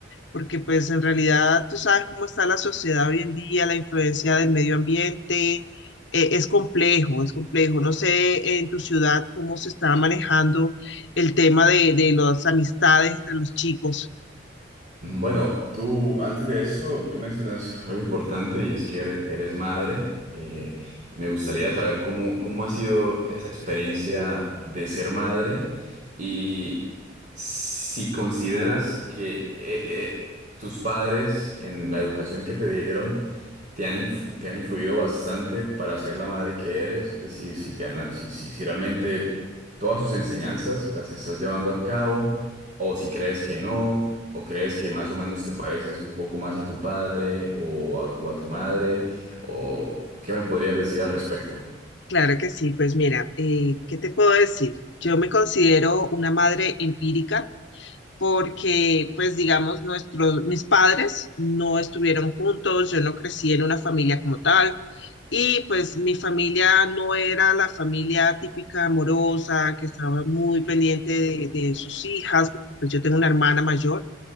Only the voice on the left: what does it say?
porque pues en realidad tú sabes cómo está la sociedad hoy en día, la influencia del medio ambiente, eh, es complejo, es complejo. No sé en tu ciudad cómo se está manejando el tema de, de las amistades entre los chicos.
Claro que sí, pues mira, eh, ¿qué te puedo decir? Yo me considero una madre empírica. porque, pues, digamos, nuestros, mis padres no estuvieron juntos, yo no crecí en una familia como tal, y pues mi familia no era la familia típica amorosa, que estaba muy pendiente de, de sus hijas, porque pues yo tengo una hermana mayor.